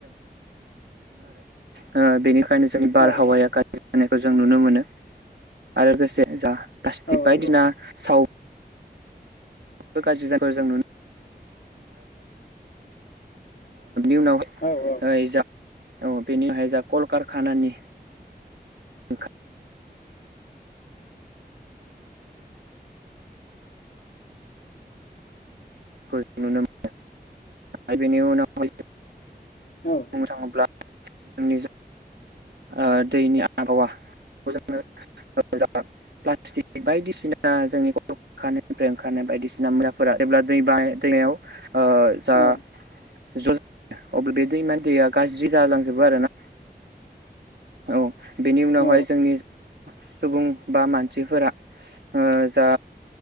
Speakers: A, on the right; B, on the left.
A: बेनि खायनो जोंनि बारहावाया
B: औ औ
A: गाज्रि जानायखौ जों नुनो मोनो आरो लोगोसे जा प्लासटिक
B: औ
A: बायदिसिना
B: नंगौ
A: साव <unintelligible> बेनि उनावहाय
B: औ औ
A: ओइ जा औ बेनि उनावहाय जा कलकारखानानि ओंखारनायखौ <unintelligible>
B: औ
A: बुंनो थाङोब्ला जोंनि जा ओ दैनि आबहावा <unintelligible> <unintelligible> प्लाटिक बायदिसिना जोंनि <unintelligible> ओंखारनाय बायदिसिना फोरा <unintelligible> ओ जा
B: औ
A: <unintelligible> अब्ला बे दैमानि दैया गाज्रि जालांजोबो आरो ना औ बेनि उनावहाय
B: औ
A: जोंनि सुबुं बा मानसिफोरा ओ जा